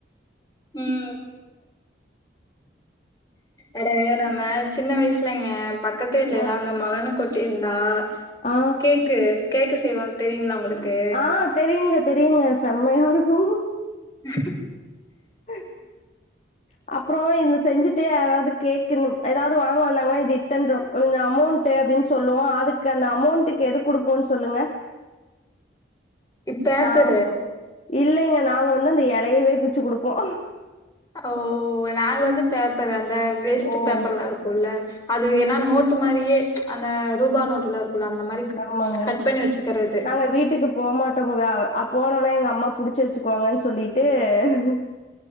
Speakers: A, on the left; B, on the left.
A: ம் அட நம்ம சின்ன வயசுலங்க பக் க்கத்து வீட்லலா
B: ஆ
A: அந்த மலனு கொட்டிருந்தா
B: ஆ
A: கேக்கு கேக்கு செய்வோன் தெரியுங்ளா உங்களுக்கு
B: ஆ தெரியுங்க தெரியுங்க செம்மையா இருக்கு
A: உ
B: <inaudible> அப்றோ இவ்ங்க செஞ்சுட்டு யாராவ்து கேக்குணு எதாவ்து வாங்க வந்தாங்கனா இது இத்தன்ரூவா உங்க அமௌண்ட்டு அப்டின் சொல்லுவோ அதுக்கு அந்த அமௌண்ட்டுக்கு எது குடுப்போன் சொல்லுங்க
A: பேப்பரு
B: நாங் இல்லைங்க நாங்க வந்து அந்த எலையவே பிச்சு குடுப்போ
A: ஓ நாங்க வந்து பேப்பரு அந்த வேஸ்ட்டு
B: ஓ
A: பேப்பர்லா இருக்குல்ல அது ஏனா நோட்டு மாரியே அந்த ரூபா நோட்டுல இருக்குல அந்த மாரி
B: ஆமாங்க
A: கட் பண்ணி வச்சுக்கறது
B: நாங்க வீட்டுக்கு போமாட்டோங்க அ போனோனா எங்க அம்மா புடிச்சு வச்சுக்குவாங்கன் சொல்லிட்டு ம்